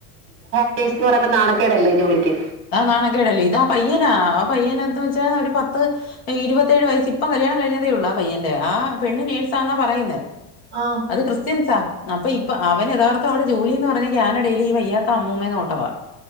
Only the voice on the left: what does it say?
ആഹ് നാണക്കേടല്ലേ ഇതാ പയ്യനാ ആ പയ്യന എന്തന്ന് വെച്ചാ ഒരു പത്ത് ഏ ഇരുവത്തേഴ് വയസിപ്പ കല്യാണം കഴിഞ്ഞതേയുള്ളൂ ആ പയ്യന്റെ ആ പെണ്ണ് നേഴ്സാന്നാ പറയുന്നെ
അത് ക്രിസ്ത്യൻസ ന്നപ്പഇപ്പ അവന് എഥാർത്ഥ അവ്ടെ ജോലിന്ന് പറഞ്ഞ കാനടെയില് ഈവയ്യാത്ത അമ്മുമേ ന്നോട്ടവാ.